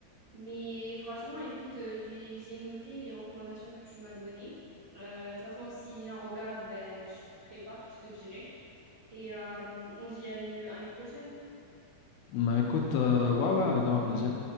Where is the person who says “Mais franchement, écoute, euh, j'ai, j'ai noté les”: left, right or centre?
Right